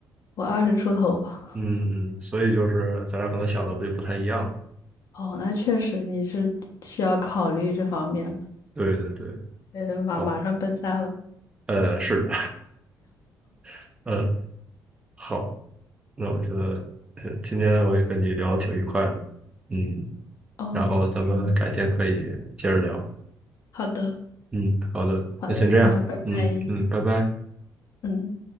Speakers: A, on the left; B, on the right.
A: 我二十出头吧。
B: 嗯嗯，所以就是咱俩可能想的不就不太一样了。
A: 哦，那确实你是需要考虑这方面了，
B: 对对对，
A: 得马马上奔三了。
B: 好，呃，是的，<laughs> 呃，好，那我觉得呃今天我也跟你聊得挺愉快的，嗯，
A: 哦，
B: 然后咱们改天可以接着聊，
A: 嗯，好的。
B: 嗯，好的，
A: 好的，
B: 那先这样，
A: 那拜拜。
B: 嗯嗯，拜拜。
A: 嗯。